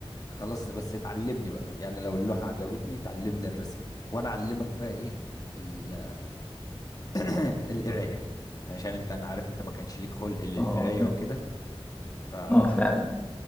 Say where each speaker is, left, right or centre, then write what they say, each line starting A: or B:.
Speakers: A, on the left (about 35°); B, on the left (about 15°).
A: خلاص بس اتعلمني بقى يعني لو اللوحة عجبتني تعلمني الرسم وانا اعلمك بقى ايه ال <clears throat> القراية عشان انت انا عارف انت ما كانش ليك خلق للقراية
B: اه
A: وكده ف-
B: اه فعلا